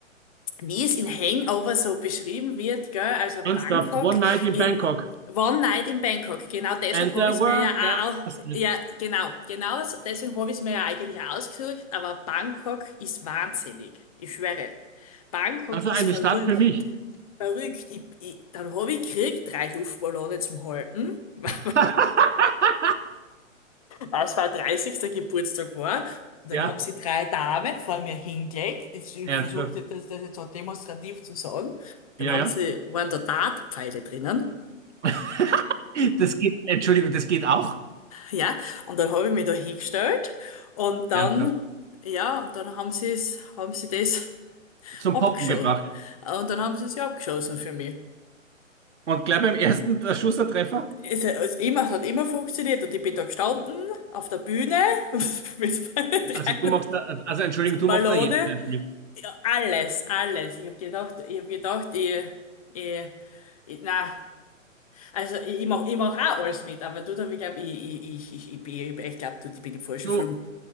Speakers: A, on the left (about 25°); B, on the right (about 60°).
A: wie es in Hangover so beschrieben wird, gell? Also
B: Ernsthaft.
A: Bangkok,
B: One night in
A: i-
B: Bangkok.
A: One Night in Bangkok. Genau deshalb
B: And the
A: habe ich es
B: world
A: mir ja
B: got
A: auch, au-
B: busted.
A: ja, genau, genau so- deswegen habe ich es mir ja eigentlich auch ausgesucht, aber Bangkok ist wahnsinnig. Ich schwöre. Bangkok
B: Also
A: ist
B: eine
A: verrü
B: Stadt für mich.
A: verrückt. Ich, ich, dann habe ich gekriegt, drei Luftballone zum Halten, <laughs> weil
B: <laughs>
A: als war 30. Geburtstag war. Und
B: Ja.
A: dann haben sie drei Damen vor mir hingelegt. Ich ich
B: Ernsthaft?
A: versuchte das, das jetzt so demonstrativ zu sagen.
B: Ja,
A: Dann haben
B: ja.
A: sie, waren da Dartpfeile drinnen.
B: <laughs> Das geht, Entschuldigung, das geht auch.
A: Ja, und dann habe ich mich da hingestellt. Und dann,
B: Ernsthaft.
A: ja, und dann haben sie es, haben sie das <laughs>
B: Zum
A: abgeschossen.
B: Poppen gebracht.
A: Und dann haben sie es ja abgeschossen für mich.
B: Und gleich beim ersten der Schussertreffer,
A: Es, es, immer, es hat immer funktioniert und ich bin da gestanden auf der Bühne <laughs> mit meinen drei
B: also du machst da, also Entschuldigung, du
A: Luftballone
B: machst da jeden Treffer mit.
A: Alles, alles. Ich habe gedacht, ich hab gedacht, ich, ich, ich na, also ich, ich mach, ich mach auch alles mit, aber du, da, ich glaube, ich, ich, ich, ich, ich, bin- ich glaube, du, ich bin im falschen
B: Du,
A: Film.